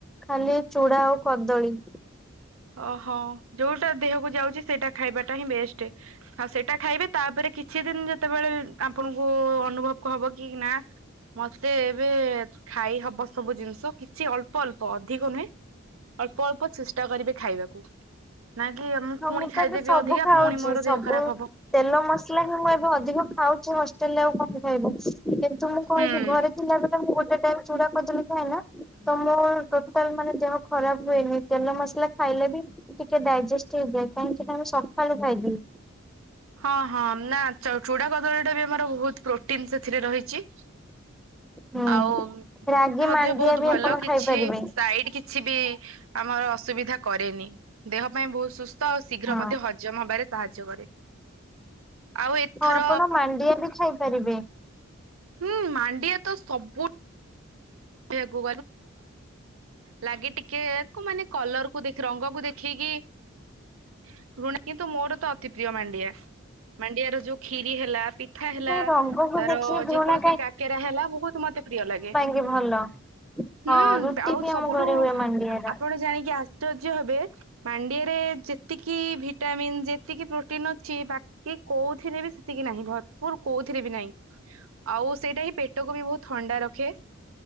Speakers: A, in the centre; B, on the right (about 85°).
A: ଖାଲି ଚୁଡା ଆଉ କଦଳୀ।
B: ଓହୋ ଯୋଉଟା ଦେହକୁ ଯାଉଛି, ସେଇଟା ଖାଇବାଟା ହିଁ ବେଷ୍ଟେ। ଆଉ ସେଇଟା ଖାଇବେ, ତାପରେ କିଛିଦିନ ଯେତେବେଳେ ଆପଣଙ୍କୁ ଅନୁଭବ ହବ କି ନାଁ ମତେ ଏବେ ଖାଇ ହବ ସବୁ ଜିନିଷ କିଛି ଅଳ୍ପ-ଅଳ୍ପ ଅଧିକ ନୁହେଁ। ଅଳ୍ପ-ଅଳ୍ପ ଚେଷ୍ଟା କରିବେ ଖାଇବାକୁ। ନାଁ କି ମୁଁ
A: ହଁ
B: ପୁଣି
A: ତ
B: ଖାଇଦେବି
A: ଏବେ ସବୁ
B: ଅଧିକା
A: ଖାଉଛି
B: ପୁଣି ମୋର
A: ସବୁ
B: ଦେହ ଖରାପ ହବ।
A: ତେଲ ମସଲା ହିଁ ମୁଁ ଏବେ ଅଧିକ ଖାଉଛି ହଷ୍ଟେଲରେ ଆଉ କଣ ଖାଇବୁ <unintelligible> ତ ମୁଁ କହିବି
B: ହୁଁ
A: ଘରେ ଥିଲାବେ ଳେ ମୁଁ ଗୋଟେ ଟାଇମ୍ ଚୁଡା କଦଳୀ ଖାଏ ନା, ତ ମୁଁ ଟୋଟାଲ୍ ମାନେ ଦେହ ଖରାପ୍ ହୁଏନି। ତେଲ ମସଲା ଖାଇଲେ ବି ଟିକେ ଡାଇଜେଷ୍ଟ ହେଇଯାଏ, କାହିଁକି ନା ମୁଁ ସଖାଳୁ ଖାଇଦିଏ।
B: ହଁ-ହଁ ନାଁ ଚୂଡା କଦଳୀଟା ବି ଆମର ବହୁତ୍ ପ୍ରୋଟିନ୍ ସେଥିରେ ରହିଛି।
A: ହୁଁ
B: ଆଉ
A: ରାଗି
B: ମଧ୍ୟ
A: ମାଣ୍ଡିଆ
B: ବହୁତ୍
A: ବି
B: ଭଲ,
A: ଆପଣ
B: କିଛି
A: ଖାଇପାରିବେ।
B: ସାଇଡ କି ଛିବି ଆମର ଅସୁବିଧା କରେନି, ଦେହ ପାଇଁ ବହୁତ୍ ସୁସ୍ ସ୍ଥ ଶୀଘ୍ର
A: ହଁ
B: ମଧ୍ୟ ହଜମ୍ ହବାରେ ସାହାଯ୍ୟ କରେ। ଆଉ ଏଥର
A: ହଁ ଆପଣ ମାଣ୍ଡିଆ ବି ଖାଇପାରିବେ।
B: ହୁଁ ମାଣ୍ଡିଆ ତ ସବୁ <inaudible> ଲାଗେ ଟିକେ କୁ ମାନେ କଲର୍ କୁ ଦେଖି ରଙ୍ଗକୁ ଦେଖେଇକି ପୁରୁଣା କିନ୍ତୁ ମୋର ତ ଅତି ପ୍ରିୟ ମାଣ୍ଡିଆ। ମାଣ୍ଡିଆ ର ଯୋଉ ଖିରି ହେଲା ପିଠା ହେଲା
A: ସେ ରଙ୍ଗକୁ
B: ତାର
A: ଦେଖିକି ଘୃଣା
B: ଯେକୌଣସି କାକେରା ହେଲା ବହୁତ୍ ମତେ ପ୍ରିୟ ଲାଗେ।
A: ଏ ଭଲ।
B: ହୁଁ
A: ହଁ ରୁଟି
B: ଆଉ
A: ବି
B: ସବୁଠୁ
A: ଆମ ଘରେ ହୁଏ ମାଣ୍ଡିଆର
B: ଆପଣ ଜାଣିକି ଆଶ୍ଚର୍ଯ୍ୟ ହେବେ ମାଣ୍ଡିଆରେ ଯେତିକି ଭିଟାମିନ୍ ଯେତିକି ପ୍ରୋଟିନ୍ ଅଛି ବା କି କୋଉଥିରେ ବି ସେତିକି ନାହିଁ, ଭରପୁର କୋଉଥିରେ ବି ନାହିଁ। ଆଉ ସେଇଟା ହିଁ ପେଟକୁ ବି ବହୁତ୍ ଥଣ୍ଡା ରଖେ